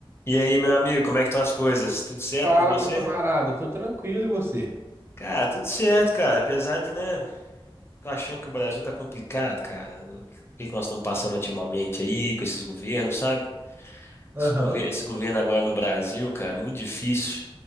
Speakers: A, on the left; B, on the right.
A: E aí, meu amigo, como é que estão as coisas? Tudo certo
B: Fala,
A: com você?
B: meu camarada, tô tranquilo e você?
A: Cara, tudo certo, cara. Apesar de, né, tô achando que o Brasil tá complicado, cara. O que que nós estamos passando ultimamente aí com esses governos, sabe?
B: Aham.
A: Esse governo, esse governo agora no Brasil, cara, muito difícil.